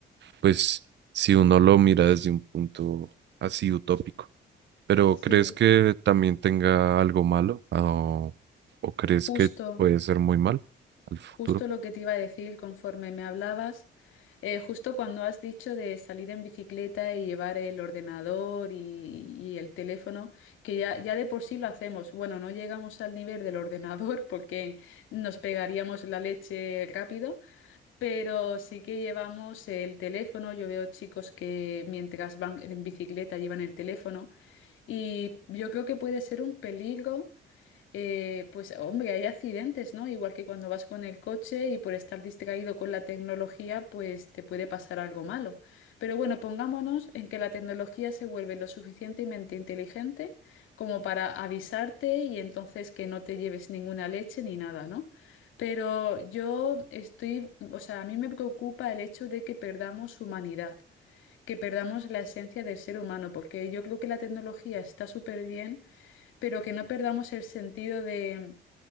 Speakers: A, on the right; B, on the left.
A: pues si uno lo mira desde un punto así utópico. Pero
B: Sí,
A: ¿crees que también tenga algo malo? ¿O, o crees
B: justo.
A: que puede ser muy mal al futuro?
B: Justo lo que te iba a decir conforme me hablabas, eh, justo cuando has dicho de salir en bicicleta y llevar el ordenador y, y el teléfono, que ya, ya de por sí lo hacemos. Bueno, no llegamos al nivel del ordenador <laughs> porque nos pegaríamos la leche rápido, pero sí que llevamos el teléfono. Yo veo chicos que mientras van en bicicleta llevan el teléfono y yo creo que puede ser un peligro eh, pues hombre, hay accidentes, ¿no? Igual que cuando vas con el coche y por estar distraído con la tecnología, pues te puede pasar algo malo. Pero bueno, pongámonos en que la tecnología se vuelve lo suficientemente inteligente como para avisarte y entonces que no te lleves ninguna leche ni nada, ¿no? Pero yo estoy, o sea, a mí me preocupa el hecho de que perdamos humanidad, que perdamos la esencia del ser humano, porque yo creo que la tecnología está súper bien pero que no perdamos el sentido de,